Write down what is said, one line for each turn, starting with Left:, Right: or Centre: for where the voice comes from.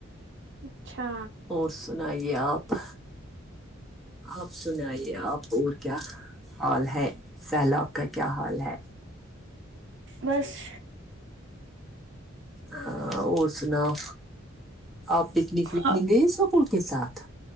Right: اچھا
Centre: اور سنے آپ آپ سنئیے آپ اور کیا ہال ہے سیلاب کا کیا ہال ہے
Right: بس
Centre: ہاں اور سناؤ آپ پکنک وکنک
Right: آپ
Centre: گئے سکول کے ساتھ